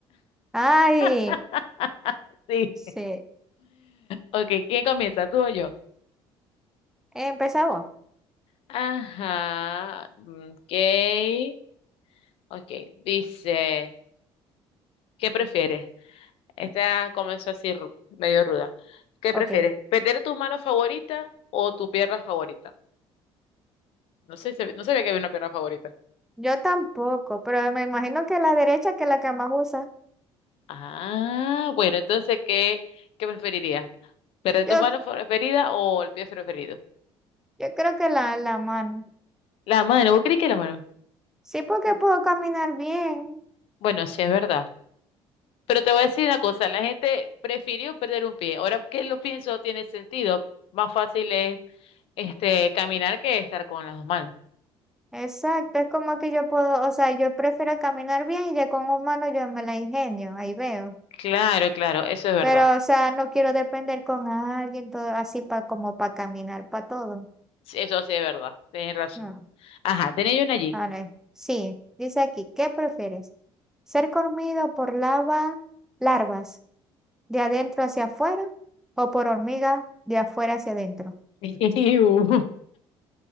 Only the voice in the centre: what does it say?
Ay,
sí.
Empezá vos.
Ok.
Yo tampoco, pero me imagino que la derecha que es la que más usa.
Yo,
yo creo que la, la mano.
Sí, porque puedo caminar bien.
Exacto, es como que yo puedo, o sea, yo prefiero caminar bien y ya con un mano yo me la ingenio, ahí veo.
Pero, o sea, no quiero depender con alguien todo así para como para caminar para todo.
No.
A ver, sí, dice aquí, ¿qué prefieres? ¿Ser comido por lava, larvas de adentro hacia afuera o por hormigas de afuera hacia adentro?